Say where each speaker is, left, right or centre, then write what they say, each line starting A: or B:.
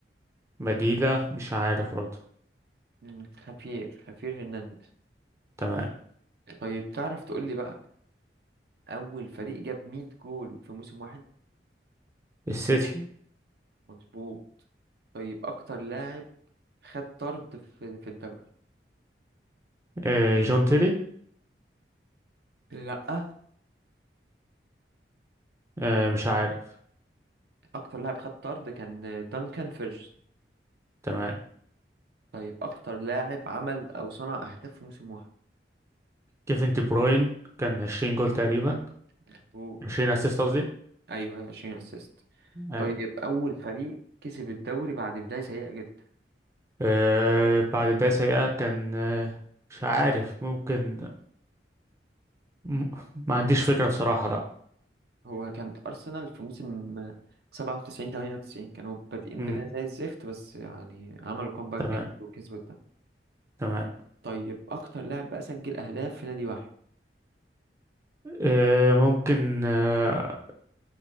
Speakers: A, on the right; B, on the right.
A: بديلة مش عارف برضه
B: مم، خافير خافير هرنانديز
A: تمام
B: طيب تعرف تقول لي بقى اول فريق جاب 100 جول في موسم واحد
A: السيتي
B: مظبوط طيب اكتر لاعب خد طرد في في الدوري
A: آه جون تيري
B: لا
A: آه مش عارف
B: اكتر لاعب خد طرد كان دانكان فيرجز
A: تمام
B: طيب اكتر لاعب عمل او صنع اهداف في موسم واحد
A: كيفن دي بروين كان 20 جول تقريبا
B: مظبوط
A: 20 اسيست قصدي
B: ايوه ايوه 20 اسيست
A: أي.
B: طيب اول فريق كسب الدوري بعد بداية سيئة جدا
A: آه بعد ده سيئة كان آه مش عارف ممكن م- ما عنديش فكرة بصراحة لا
B: هو كانت ارسنال في موسم 97 98 كانوا بادئين
A: مم.
B: بداية زي الزفت بس يعني عملوا كومباك
A: تمام
B: جامد وكسبوا الدوري
A: تمام
B: طيب اكتر لاعب بقى سجل اهداف في نادي واحد
A: آه ممكن آه